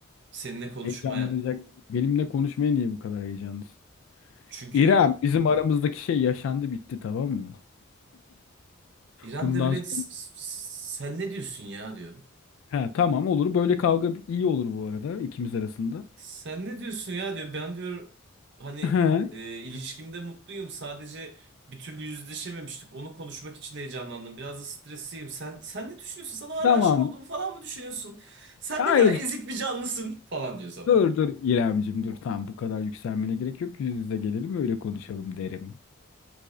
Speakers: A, on the right; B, on the left.
A: Seninle konuşmaya.
B: Heyecanlanacak. Benimle konuşmaya niye bu kadar heyecanlısın?
A: Çünkü
B: İrem, bizim aramızdaki şey yaşandı bitti tamam mı?
A: İrem
B: Bundan
A: de böyle
B: sonra
A: "S- s- sen ne diyorsun ya diyor.
B: he, tamam olur. Böyle kavga iyi olur bu arada ikimiz arasında.
A: Sen ne diyorsun ya diyor. Ben diyor hani
B: He,
A: e, ilişkimde mutluyum. Sadece bir türlü yüzleşememiştik. Onu konuşmak için heyecanlandım. Biraz da stresliyim. Sen sen ne düşünüyorsun? Sana hala
B: tamam.
A: aşık olduğumu falan mı düşünüyorsun? Sen
B: Hayır
A: ne kadar ezik bir canlısın falan diyor sana.
B: Dur dur İremcim dur tamam bu kadar yükselmene gerek yok. Yüz yüze gelelim öyle konuşalım derim.